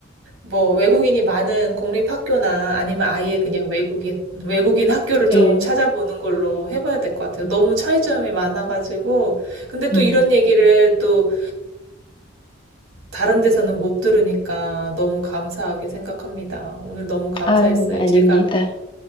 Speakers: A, on the right; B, on the left.
A: 뭐 외국인이 많은 공립학교나 아니면 아예 그냥 외국인, 외국인 학교를 좀
B: 예,
A: 찾아보는 걸로 해봐야 될 것 같아요.
B: 음,
A: 너무 차이점이 많아가지고. 근데
B: 음.
A: 또 이런 얘기를 또 다른 데서는 못 들으니까 너무 감사하게 생각합니다. 오늘 너무 감사했어요.
B: 아유, 아닙니다.
A: 제가,